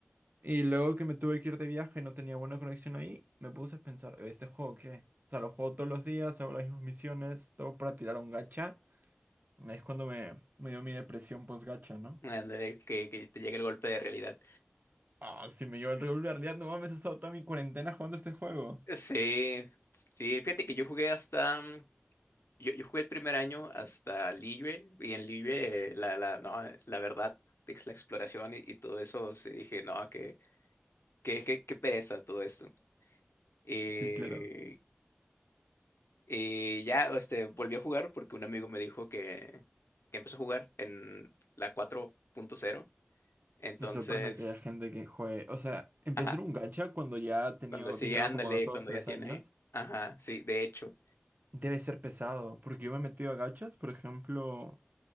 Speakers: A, on the right; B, on the left.
A: Y luego que me tuve que ir de viaje, no tenía buena conexión ahí, me puse a pensar, ¿este juego qué? O sea, lo juego todos los días, hago las mismas misiones, todo para tirar un gacha. Ahí es cuando me, me dio mi depresión post-gacha, ¿no?
B: ándale, que, que te llegue el golpe de realidad.
A: Ah, si me llevo el regular, ya no mames, he estado toda mi cuarentena jugando este juego.
B: Sí, sí, fíjate que yo jugué hasta, mm, Yo, yo jugué el primer año hasta Liyue, y en Liyue, eh, la, la, no, eh, la verdad, es la exploración y, y todo eso, sí, dije, no, qué, qué, qué, qué pereza todo esto. Eh,
A: Sí, claro.
B: eh, ya este, volví a jugar porque un amigo me dijo que, que empezó a jugar en la cuatro punto cero Entonces,
A: Me sorprende que haya gente que juegue. O sea, empezar
B: ajá,
A: un gacha cuando ya ha tenido,
B: cuando sí,
A: tiene
B: ándale,
A: dos- como dos,
B: cuando
A: tres
B: ya tiene,
A: años,
B: ajá, sí, de hecho.
A: debe ser pesado. Porque yo me he metido a gachas, por ejemplo,